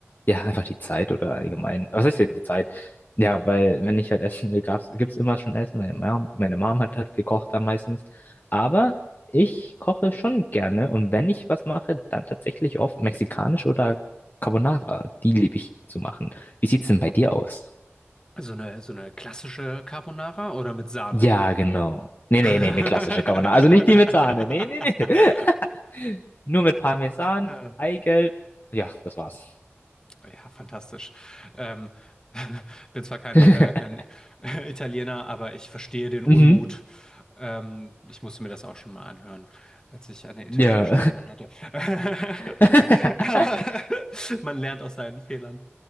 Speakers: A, on the left (about 45°); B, on the left (about 15°).
A: ja einfach die Zeit oder allgemein, was ist denn die Zeit? Ja, weil wenn ich halt essen will, gab's, gibt's immer schon Essen. Meine Mom, meine Mom hat halt gekocht dann meistens. Aber ich koche schon gerne und wenn ich was mache, dann tatsächlich oft mexikanisch oder Carbonara. Die liebe ich zu machen. Wie sieht's denn bei dir aus?
B: So eine, so eine klassische Carbonara oder mit Sahne?
A: Ja, genau. Nee,
B: <laughs>
A: nee, nee, nee, klassische Carbonara. Also nicht die mit Sahne. Nee, nee, nee. <laughs> Nur mit Parmesan,
B: Ja.
A: Eigelb. Ja, das war's.
B: Ja, fantastisch. Ähm, <laughs> bin zwar kein,
A: <laughs>
B: äh, kein <laughs> Italiener, aber ich verstehe den Unmut.
A: Mhm.
B: Ähm, ich musste mir das auch schon mal anhören, als ich eine italienische
A: Ja.
B: Freundin hatte. <laughs>
A: <laughs>
B: Aber <laughs> man lernt aus seinen Fehlern.